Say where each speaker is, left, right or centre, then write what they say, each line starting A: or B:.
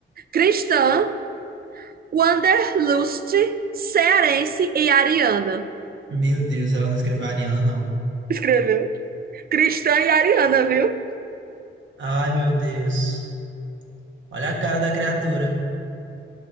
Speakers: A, on the right; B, on the right.
A: Cristã, Wanderlust, Cearense e Ariana.
B: Meu Deus, ela não escreveu a Ariana, não.
A: Escreveu. Cristã e Ariana, viu?
B: Ai, meu Deus. Olha a cara da criatura.